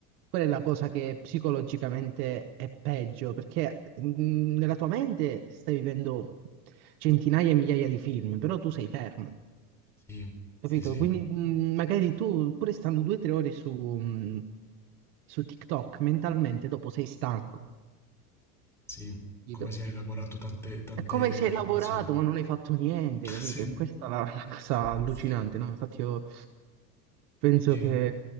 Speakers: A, on the right (about 70°); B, in the centre.
A: Quella è la cosa che psicologicamente è peggio, perché mh, nella tua mente stai vivendo centinaia e migliaia di film, però tu sei fermo,
B: Sì,
A: capito?
B: sì, sì,
A: Quindi mh, magari tu, pure stando due o tre ore su, mh, su TikTok, mentalmente dopo sei stanco
B: sì,
A: capito?
B: come si è elaborato tante, tante
A: È come
B: informazioni.
A: se hai lavorato ma
B: <laughs>
A: non hai fatto niente,
B: Sì,
A: capito? E questa è la, la cosa allucinante,
B: sì,
A: no? Infatti io penso
B: sì,
A: che,